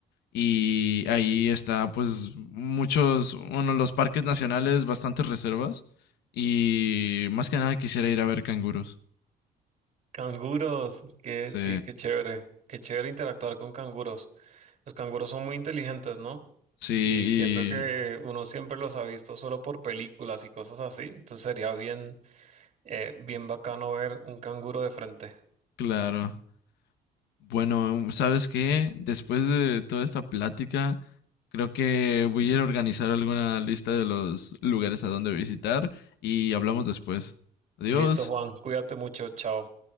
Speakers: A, on the left; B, on the right.
A: y ahí está pues muchos, bueno, los parques nacionales, bastantes reservas y más que nada quisiera ir a ver canguros.
B: Canguros, que
A: Sí,
B: sí, qué chévere. Qué chévere interactuar con canguros. Los canguros son muy inteligentes, ¿no?
A: sí,
B: Y siento que
A: y
B: uno siempre los ha visto solo por películas y cosas así. Entonces sería bien, eh, bien bacano ver un canguro de frente.
A: claro. Bueno, ¿sabes qué? Después de toda esta plática, creo que voy a ir a organizar alguna lista de los lugares a donde visitar y hablamos después. Adiós.
B: Listo, Juan. Cuídate mucho. Chao.